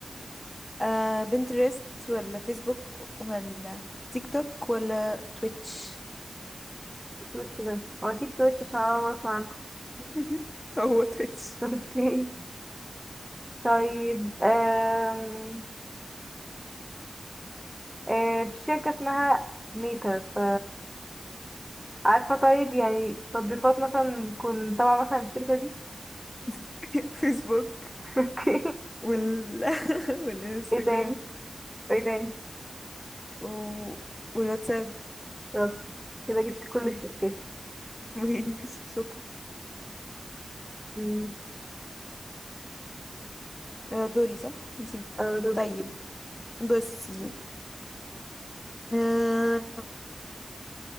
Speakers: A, on the left; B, in the centre.
A: آه بنترست ولا فيسبوك ولا تيك توك ولا تويتش
B: تويتش ده هو اكيد تويتش عشان انا أول مرة اسمع عنه
A: <laughs> هو تويتش
B: <laughs> اوكي طيب آم، آه في شركة اسمها ميتا ف عارفة طيب يعني تطبيقات مثلا تكون تبع مثلا الشركة دي
A: <laughs> فيسبوك
B: <laughs> اوكي
A: وال <laughs> والانستجرام
B: ايه تاني ايه تاني
A: و... والواتساب
B: شاطرة كده جبت كل
A: <laughs>
B: الشركات
A: ماشي شكرا
B: مم.
A: آه دوري صح نسيت
B: آه، دوري
A: طيب بصي آه